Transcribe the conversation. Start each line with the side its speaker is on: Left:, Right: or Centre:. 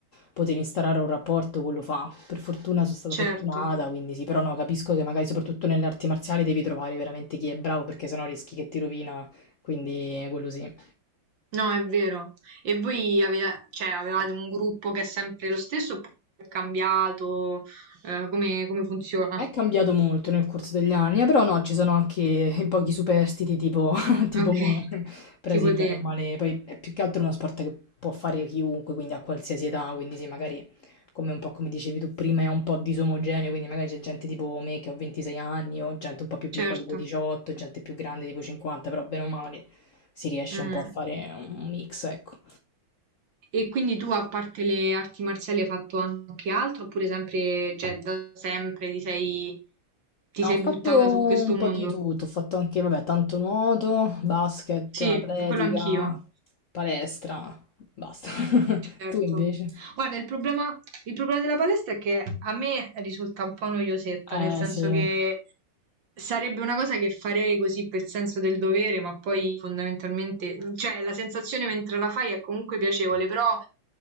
Left: poter instaurare un rapporto, quello fa. Per fortuna sono stata
Right: certo.
Left: fortunata, quindi sì, però no, capisco che magari soprattutto nelle arti marziali devi trovare veramente chi è bravo, perché sennò rischi che ti rovina, quindi quello sì.
Right: No, è vero. E voi aveva- cioè, avevate un gruppo che è sempre lo stesso oppure è cambiato? Eh, come, come funziona?
Left: È cambiato molto nel corso degli anni, eh, però no, ci sono anche <laughs> i pochi superstiti tipo, <laughs> tipo
Right: Ok,
Left: me, però
Right: tipo
Left: sì, bene
Right: te,
Left: o male, poi è più che altro uno sport che può fare chiunque, quindi a qualsiasi età, quindi sì, magari come un po' come dicevi tu prima è un po' disomogeneo, quindi magari c'è gente tipo me che ho 26 anni o gente un po' più
Right: certo.
Left: piccola tipo 18, gente più grande tipo 50, però bene o male si riesce
Right: Mm.
Left: un po' a fare un mix, ecco.
Right: E quindi tu, a parte le arti marziali, hai fatto anche altro? Oppure sempre, cioè, da sempre ti sei, ti
Left: No,
Right: sei
Left: ho fatto
Right: buttata su
Left: un
Right: questo
Left: po'
Right: mondo?
Left: di tutto, ho fatto anche, vabbè, tanto nuoto, basket,
Right: Sì,
Left: atletica,
Right: quello anch'io.
Left: palestra, basta. <laughs>
Right: Certo.
Left: Tu invece?
Right: Guarda, il problema, il problema della palestra è che a me risulta un po' noiosetta,
Left: Eh
Right: nel senso
Left: sì,
Right: che sarebbe una cosa che farei così per senso del dovere, ma poi fondamentalmente, cioè la sensazione mentre la fai è comunque piacevole, però